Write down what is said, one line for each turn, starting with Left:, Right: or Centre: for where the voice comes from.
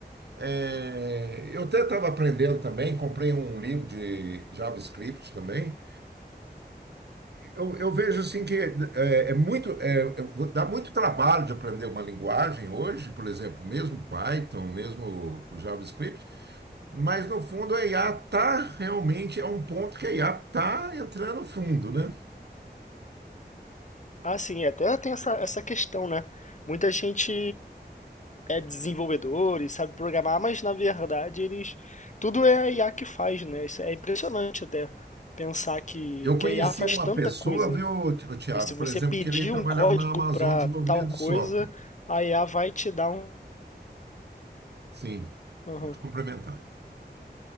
Right: é, eu até estava aprendendo também, comprei um livro de JavaScript também. Eu, eu vejo assim que é, é muito, é, é- dá muito trabalho de aprender uma linguagem hoje, por exemplo, mesmo Python, mesmo o JavaScript, mas no fundo a IA tá realmente, é um ponto que a IA tá entrando fundo, né?
Left: Ah, sim, é, até tem essa, essa questão, né? Muita gente é desenvolvedor e sabe programar, mas na verdade eles. Tudo é a IA que faz, né? Isso é impressionante até pensar que,
Right: Eu conheci
Left: que a IA faz
Right: uma
Left: tanta
Right: pessoa,
Left: coisa.
Right: viu, Ti- o Tiago,
Left: Se você
Right: por exemplo,
Left: pedir
Right: que ele trabalhava
Left: um código
Right: na Amazon
Left: para
Right: Desenvolvimento
Left: tal coisa,
Right: de Software.
Left: a IA vai te dar um.
Right: Sim,
Left: Aham.
Right: pode complementar.